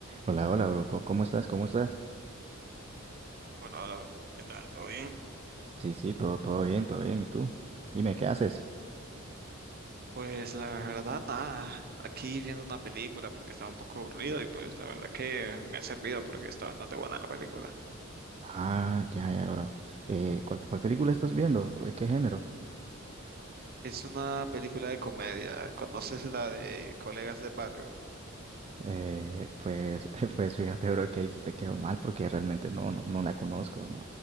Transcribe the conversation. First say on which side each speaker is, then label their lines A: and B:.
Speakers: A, on the right; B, on the right.
A: Hola, hola, bro. co- ¿Cómo estás? ¿Cómo estás?
B: Hola, hola, ¿qué tal? ¿Todo bien?
A: Sí, sí, todo, todo bien, todo bien. ¿Y tú? Dime, ¿qué haces?
B: Pues la verdad, nada, aquí viendo una película porque estaba un poco aburrido y pues la verdad que me ha servido porque está bastante buena la película.
A: Ah, ya, ya, bro. Eh, ¿cuál, cuál película estás viendo? ¿De qué género?
B: Es una película de comedia, ¿conoces la de Colegas del Barrio?
A: Eh, pues, <laughs> pues fíjate, bro, que ahí sí te quedó mal porque realmente no, no, no la conozco, ¿no?